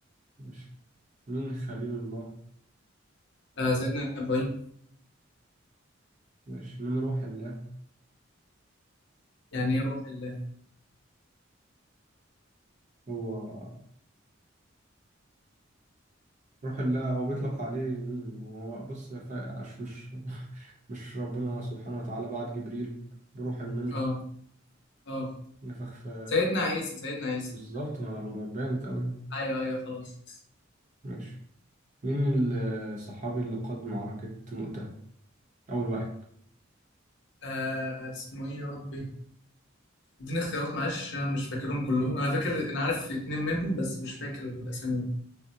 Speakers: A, on the right; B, on the left.
A: ماشي مين خليل الله
B: آه سيدنا إبراهيم
A: ماشي مين روح الله
B: يعني إيه روح الله؟
A: هو روح الله هو بيطلق عليه مين هو بص يا فا- عش مش <laughs> مش ربنا سبحانه وتعالى بعت جبريل بروح منه
B: آه آه
A: ونفخ في
B: سيدنا عيسى سيدنا عيسى
A: بالظبط ما ما بانت أوي
B: أيوه أيوه خلاص
A: ماشي مين الصحابي اللي قاد معركة مؤتة؟ أول واحد
B: آه اسمه إيه يا ربي؟ اديني اختيارات معلش أنا مش فاكرهم كلهم أنا فاكر أنا عارف اتنين منهم بس مش فاكر الأسامي